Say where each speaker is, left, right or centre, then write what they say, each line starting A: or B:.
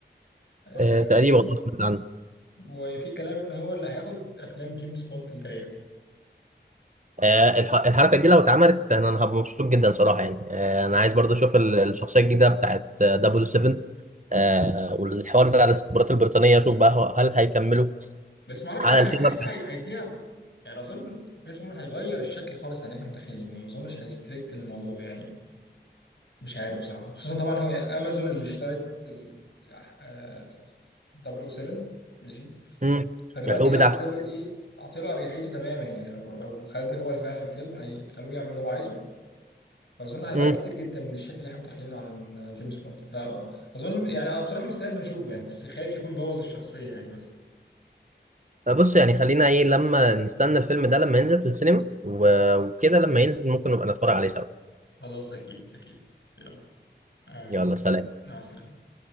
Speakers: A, on the left (about 75°); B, on the right (about 40°).
A: آه
B: آه تقريبا أصلاً.
A: وفي كلام ان هو اللي هياخد افلام جيمس بوند الجايه
B: آه، الح- الحركه دي لو اتعملت انا أنا هبقى مبسوط جدا صراحه يعني آه، انا عايز برضه اشوف ال- الشخصيه الجديده بتاعت دبليو 7 آه، والحوار بتاع الاستخبارات البريطانيه اشوف بقى هو- هل هيكملوا
A: بس ما اعرفش
B: على
A: انا
B: التيمة
A: هحس هي- هيديها يعني اظن كريستوفر نولان هيغير الشكل خالص عن اللي احنا متخيلينه ما اظنش هيستريكت الموضوع يعني مش عارف بصراحة خصوصا طبعا هو امازون اللي اشترت ال آه، 007 ماشي
B: امم
A: فدلوقتي
B: الحقوق
A: هي
B: بتاعته
A: عاطيه له ايه عاطيه له اريحيته تماما يعني لو لو خد هو فعلا الفيلم هيخلوه يعمل اللي هو عايزه فاظن هيغير
B: امم
A: كتير جدا من الشكل اللي احنا متخيلينه عن جيمس بوند فاظن يعني انا بصراحة مستني إني اشوفه يعني بس خايف يكون بوظ الشخصية يعني بس
B: فبص يعني خلينا ايه لما نستنى الفيلم ده لما ينزل في السينما و- وكده لما ينزل ممكن نبقى نتفرج عليه سوا
A: خلاص اكيد اكيد يلا آه
B: يلا سلام
A: مع السلامة